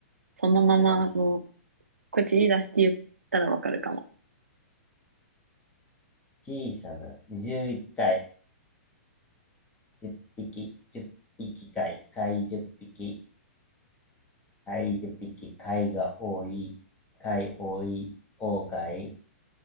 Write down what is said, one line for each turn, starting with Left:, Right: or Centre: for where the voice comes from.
Right: そのままもう
Left: あ、ち
Right: 口に出して言ったらわかるかも。
Left: 小さな、11貝10匹、10匹貝、貝10匹、貝10匹、貝が多い、貝多い、大貝、